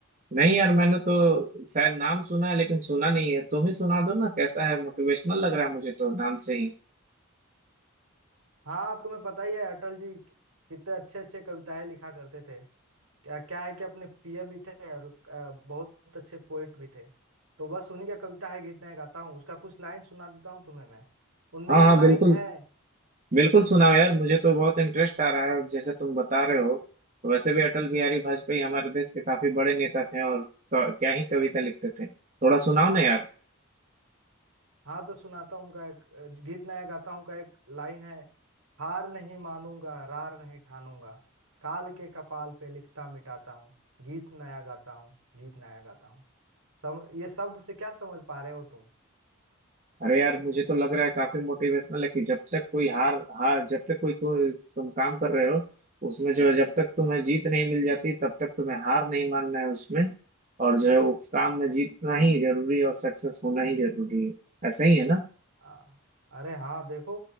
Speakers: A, on the right; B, on the right.
A: नहीं यार मैंने तो शायद नाम सुना है लेकिन सुना नहीं है तुम ही सुना दो ना कैसा है मोटिवेशनल लग रहा है मुझे तो नाम से ही
B: हाँ तुम्हें पता ही है अटल जी कि- कितने अच्छे अच्छे कविताएं लिखा करते थे क्या क्या है कि अपने पीएम भी थे और अ, बहुत अच्छे पोएट भी थे तो बस उन्हीं का कविता है गीत मैं गाता हूँ उसका कुछ लाइन सुना देता हूँ तुम्हें मैं उनमें
A: हाँ
B: एक
A: हाँ
B: लाइन
A: बिल्कुल
B: है
A: बिल्कुल सुनाओ यार मुझे तो बहुत इंटरेस्ट आ रहा है जैसे तुम बता रहे हो वैसे भी अटल बिहारी वाजपेयी हमारे देश के काफी बड़े नेता थे और क- क्या ही कविता लिखते थे थोड़ा सुनाओ ना यार
B: हाँ तो सुनाता हूँ उनका एक अ, गीत नया गाता हूँ का एक लाइन है हार नहीं मानूंगा रार नहीं ठानूंगा काल के कपाल पे लिखता मिटाता हूँ गीत नया गाता हूँ गीत नया गाता हूँ सम ये शब्द से क्या समझ पा रहे हो तुम
A: अरे यार मुझे तो लग रहा है काफी मोटिवेशनल है कि जब तक कोई हार हार जब तक कोई कोई तुम काम कर रहे हो उसमें जो है जब तक तुम्हें जीत नहीं मिल जाती तब तक तुम्हें हार नहीं मानना है उसमें और जो है उस काम में जीतना ही जरूरी है और सक्सेस होना ही जरूरी है ऐसा ही है ना
B: हाँ अरे हाँ देखो